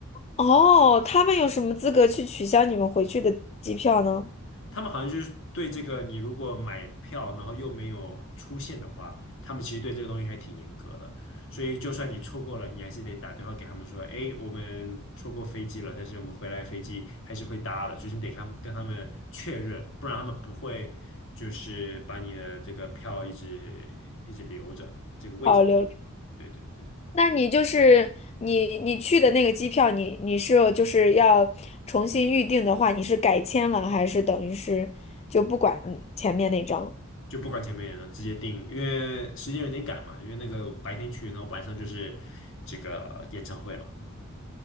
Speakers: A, on the left (about 30°); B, on the left (about 65°).
A: 哦，他们有什么资格去取消你们回去的机票呢？
B: 他们好像就是对这个，你如果买票然后又没有出现的话，他们其实对这个东西还挺严格的。所以就算你错过了，你还是得打电话给他们说，哎，我们错过飞机了，但是我们回来飞机还是会搭的，就是你得看，跟他们确认，不然他们不会就是把你的这个票一直一直留着，这个位置留着。
A: 保留。
B: 对对对。
A: 那你就是你你去的那个机票你，你是就是要重新预定的话，你是改签了还是等于是就不管前面那张了？
B: 就不管前面人了，直接定，因为时间有点赶嘛，因为那个白天去，然后晚上就是这个演唱会了。